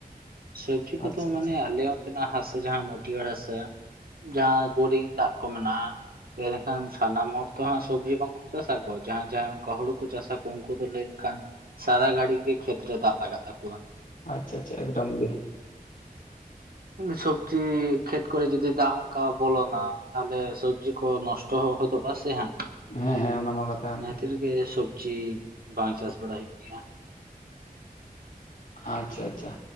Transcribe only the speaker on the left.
ᱟᱪᱪᱷᱟ
ᱟᱪᱪᱷᱟ
ᱟᱪᱪᱷᱟ ᱟᱪᱪᱷᱟ ᱮᱠᱫᱚᱢ ᱜᱮ᱾
ᱦᱮᱸ ᱦᱮᱸ ᱚᱱᱟ ᱢᱟ ᱠᱟᱛᱷᱟ ᱠᱟᱱ
ᱟᱪᱪᱷᱟ ᱟᱪᱪᱷᱟ